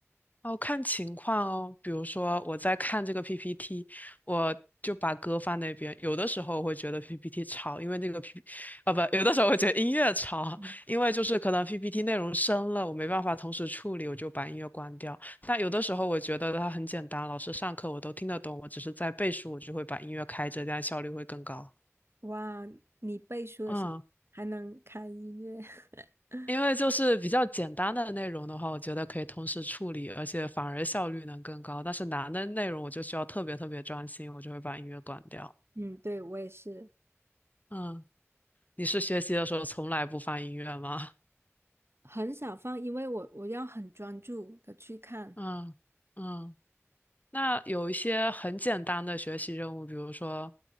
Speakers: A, on the left; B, on the right.
A: 哦，看情况哦，比如说我在看这个 PPT，我就把歌放那边。有的时候我会觉得 PPT 吵，因为那个 P，P，啊不，有的时候我觉得音乐吵，
B: 嗯，
A: 因为就是可能 PPT 内容深了，我没办法同时处理，我就把音乐关掉。但有的时候我觉得它很简单，老师上课我都听得懂，我只是在背书，我就会把音乐开着，这样效率会更高。
B: 哇，你背书的时候还能开音乐，
A: 嗯。
B: <laughs>
A: 因为就是比较简单的内容的话，我觉得可以同时处理，而且反而效率能更高。但是难的内容，我就需要特别特别专心，我就会把音乐关掉。
B: 嗯，对，我也是
A: 嗯，你是学习的时候从来不放音乐吗？
B: 很少放，因为我我要很专注的去看。
A: <laughs> 嗯嗯，那有一些很简单的学习任务，比如说，